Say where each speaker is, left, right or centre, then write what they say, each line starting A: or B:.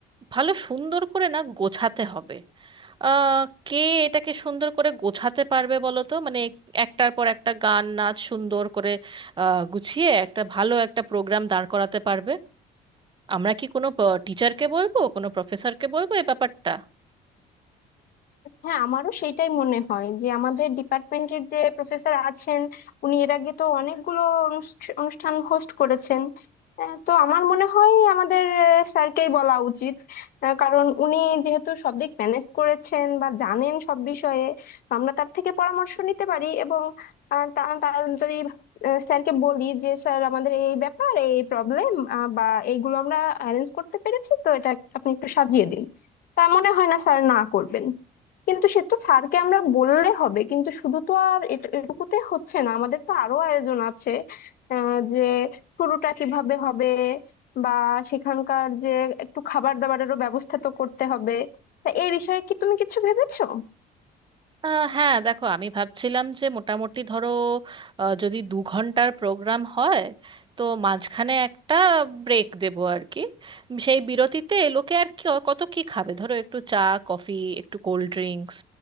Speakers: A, on the right; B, on the left.
A: ভালো সুন্দর করে না গোছাতে হবে আহ, কে এটাকে সুন্দর করে গোছাতে পারবে বলো তো মানে একটার পর একটা গান নাচ সুন্দর করে আহ, গুছিয়ে একটা ভালো একটা প্রোগ্রাম দাঁড় করাতে পারবে আমরা কি কোনো টিচারকে বলবো কোনো প্রফেসরকে বলবো এ ব্যাপারটা
B: হ্যাঁ আমারও সেটাই মনে হয় যে আমাদের ডিপার্টমেন্টের যে প্রফেসর আছেন উনি এর আগে তো অনেকগুলো অনুষ্ঠ- অনুষ্ঠান হোস্ট করেছেন আহ, তো আমার মনে হয় আমাদের স্যারকেই বলা উচিত আহ, কারণ উনি যেহেতু সব দিক ম্যানেজ করেছেন বা জানেন সব বিষয়ে তো আমরা তার থেকে পরামর্শ নিতে পারি এবং আহ, তা তা- যদি স্যারকে বলি যে স্যার আমাদের এই ব্যাপার এই প্রবলেম বা এইগুলো আমরা অ্যারেঞ্জ করতে পেরেছি তো এটা আপনি একটু সাজিয়ে দিন তা মনে হয় না স্যার না করবেন কিন্তু সে তো স্যারকে আমরা বললে হবে কিন্তু শুধু তো আর এট- এটুকুতে হচ্ছে না আমাদের তো আরো আয়োজন আছে আহ, যে শুরুটা কিভাবে হবে বা সেখানকার যে একটু খাবার দাবারেরও ব্যবস্থা তো করতে হবে তা এই বিষয়ে কি তুমি কিছু ভেবেছো
A: আহ হ্যাঁ দেখো আমি ভাবছিলাম যে মোটামুটি ধরো আহ, যদি দু ঘন্টার প্রোগ্রাম হয় তো মাঝখানে একটা ব্রেক দেব আর কি সেই বিরতিতে লোকে আর কি কত কি খাবে ধরো একটু চা কফি একটু কোল্ড ড্রিঙ্কস